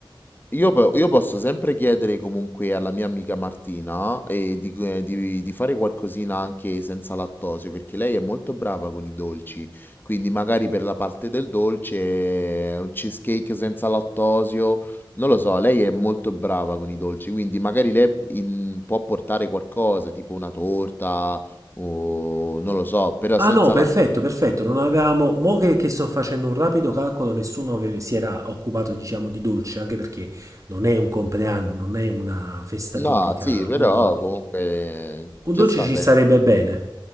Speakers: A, on the left; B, on the right.
A: io, po- io posso sempre chiedere comunque alla mia amica Martina eh, di, eh, di- di fare qualcosina anche senza lattosio, perché lei è molto brava con i dolci, quindi magari per la parte del dolce eh, un cheesecake senza lattosio, non lo so, lei è molto brava con i dolci, quindi magari lei in- può portare qualcosa, tipo una torta o non lo so, però
B: Ah
A: senza
B: no, perfetto,
A: lattosio.
B: perfetto, non avevamo... Mo che, che sto facendo un rapido calcolo, nessuno aveva- si era occupato, diciamo, di dolce, anche perché non è un compleanno, non è una festa
A: No,
B: tipica,
A: sì, però
B: quindi
A: comunque
B: un
A: ci
B: dolce
A: sta
B: ci
A: sempre.
B: sarebbe bene.